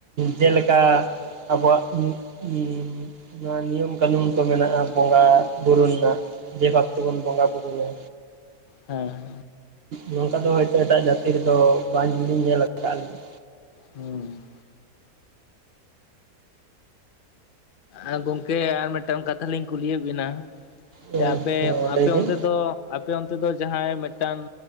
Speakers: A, on the right; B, on the left.
A: ᱡᱮᱞᱮᱠᱟ ᱟᱵᱚᱣᱟᱜ ᱩᱸ ᱩ ᱱᱚᱣᱟ ᱱᱤᱭᱚᱢ ᱠᱟᱹᱱᱩᱱ ᱠᱚ ᱢᱮᱱᱟᱜᱼᱟ ᱵᱚᱸᱜᱟ ᱵᱩᱨᱩ ᱨᱮᱱᱟᱜ ᱡᱮ ᱵᱷᱟᱵ ᱛᱮᱵᱚᱱ ᱵᱚᱸᱜᱟ ᱵᱩᱨᱩᱭᱟ᱾
B: ᱦᱮᱸ
A: ᱱᱚᱝᱠᱟ ᱫᱚ ᱦᱳᱭᱛᱳ ᱮᱴᱟᱜ ᱡᱟᱹᱛᱤ ᱨᱮᱫᱚ ᱵᱟᱝ ᱜᱮᱞᱤᱧ ᱧᱮᱞ ᱠᱟᱜ ᱞᱤᱧ
B: ᱦᱩᱸ ᱟ ᱜᱚᱝᱠᱮ ᱟᱨ ᱢᱤᱫᱴᱟᱝ ᱠᱟᱛᱷᱟ ᱞᱤᱧ ᱠᱩᱞᱤᱭᱮᱜ ᱵᱤᱱᱟ᱾
A: ᱦᱮᱸ
B: ᱟᱯᱮ ᱟᱯᱮ
A: ᱞᱟᱹᱭ ᱵᱤᱱ
B: ᱚᱱᱛᱮ ᱫᱚ ᱟᱯᱮ ᱚᱱᱛᱮ ᱫᱚ ᱡᱟᱦᱟᱸᱭ ᱢᱤᱫᱴᱟᱝ